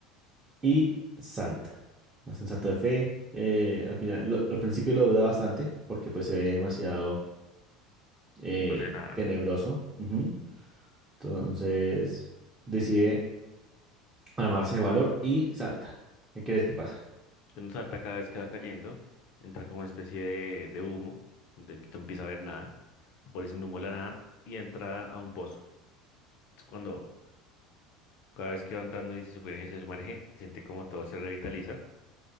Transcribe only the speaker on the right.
y salta. Hace un salto de fe. eh, al final, lo- al principio lo duda bastante porque pues se ve demasiado eh,
tenebroso.
Ujú. Entonces decide armarse de valor y salta. ¿Qué crees que pasa?